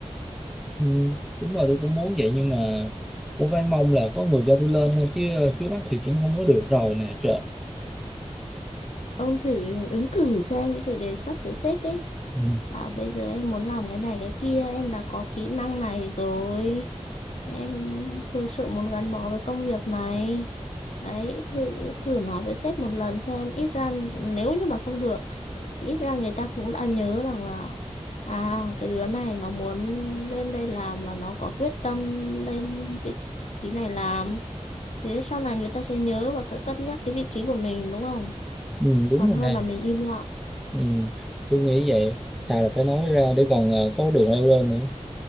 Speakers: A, in the centre; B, on the left.
A: ừ, đúng rồi tôi cũng muốn vậy nhưng mà cũng phải mong là có người cho tôi lên thôi chứ trước mắt thì cũng không có được rồi nè trời
B: Ông thử ứng cử xem, thử đề xuất với sếp ấy.
A: Ừ.
B: Bảo bây giờ em muốn làm cái này cái kia, em đã có kỹ năng này rồi. Em thực sự muốn gắn bó với công việc này. Đấy, thử thử nói với sếp một lần xem, ít ra nếu như mà không được thì ít ra người ta cũng đã nhớ rằng là à cái đứa này nó muốn lên đây làm và nó có quyết tâm lên vị trí này làm Thế sau này người ta sẽ nhớ và cân cân nhắc cái vị trí của mình đúng không?
A: ừ, đúng
B: Còn
A: rồi
B: hơn
A: nè
B: là mình im lặng.
A: ừ, tôi nghĩ vậy thà là phải nói ra để còn ờ, có đường leo lên nữa